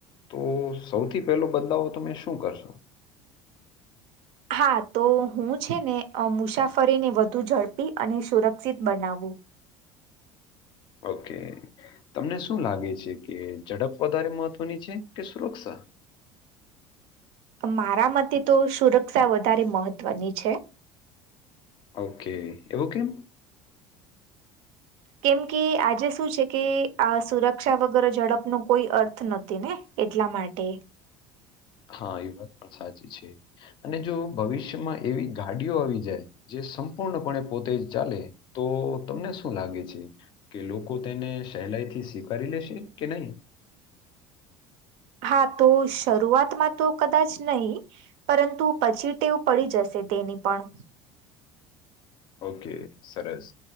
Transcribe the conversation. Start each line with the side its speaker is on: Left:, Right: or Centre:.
Left: તો સૌથી પહેલો બદલાવ તમે શું કરશો્
Right: હા તો હું છે ને અ મુસાફરીને વધુ ઝડપી અને સુરક્ષિત બનાવું.
Left: ઓકે તમને શું લાગે છે કે ઝડપ વધારે મહત્વની છે કે સુરક્ષા.
Right: મારા મતે તો સુરક્ષા વધારે મહત્વની છે.
Left: ઓકે એવું કેમ. <inaudible> <unintelligible>
Right: કેમ કે આજે શું છે કે આ સુરક્ષા વગર ઝડપ નો કોઈ અર્થ નથી ને. એટલા માટે.
Left: હા એ વાત પણ સાચી છે અને જો ભવિષ્યમાં એવી ગાડીઓ આવી જાય. જે સંપૂર્ણપણે પોતે ચાલે તો તમને શું લાગે છે. કે લોકો તેને સહેલાઈ થી સ્વીકારી લેશે કે નહી.
Right: હા તો શરૂઆતમાં તો કદાચ નહી. પરંતુ પછી ટેવ પડી જશે તેની પણ
Left: ઓકે સરસ